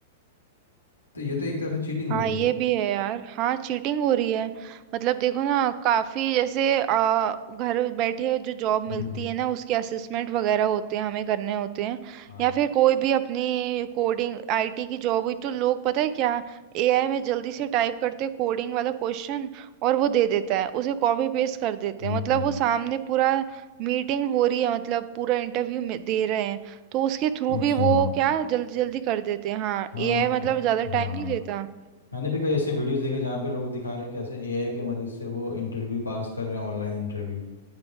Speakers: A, on the left; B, on the right.
A: तो ये तो एक तरफ से चीटिंग हो
B: हाँ
A: रही
B: ये
A: है
B: भी है यार हाँ चीटिंग हो रही है मतलब देखो ना काफी जैसे आ, घर बैठे जो जॉब मिलती
A: हम्म
B: है ना उसके असेसमेंट वगैरह होते हैं हमें करने होते हैं
A: हाँ
B: या फिर कोई भी अपनी कोडिंग आईटी की जॉब हुई तो लोग पता है क्या एआई में जल्दी से टाइप करते हैं कोडिंग वाला क्वेश्चन और वो दे देता है उसे कॉपी पेस्ट कर देते
A: हम्म
B: हैं मतलब
A: हम्म,
B: वो सामने पूरा मीटिंग हो रही है मतलब पूरा इंटरव्यू दे रहे हैं तो उसके थ्रू
A: अच्छा
B: भी वो क्या जल्दी जल्दी कर देते हैं हाँ
A: हाँ
B: एआई
A: मैं
B: मतलब ज्यादा टाइम
A: हाँ
B: नहीं लेता
A: मैंने भी कई ऐसे वीडियोस देखे जहाँ पे लोग दिखा रहे हैं कैसे एआई की मदद से वो इंटरव्यू पास कर रहे हैं ऑनलाइन इंटरव्यू